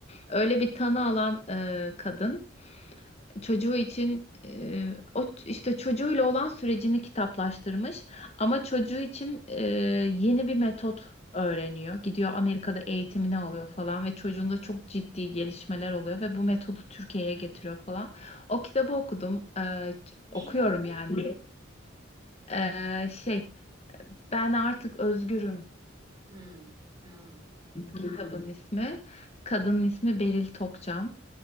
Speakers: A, on the left (about 30°); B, on the right (about 20°).
A: Öyle bir tanı alan e, kadın çocuğu için e, o ç- işte çocuğuyla olan sürecini kitaplaştırmış ama çocuğu için e, yeni bir metot öğreniyor. Gidiyor Amerika'da eğitimini alıyor falan ve çocuğunda çok ciddi gelişmeler oluyor ve bu metodu Türkiye'ye getiriyor falan. O kitabı okudum. E, c-
B: Neydi
A: okuyorum
B: adı?
A: yani. E, şey Ben Artık Özgürüm
B: Hı, hı.
A: kitabın ismi. Kadının ismi Beril Tokcan.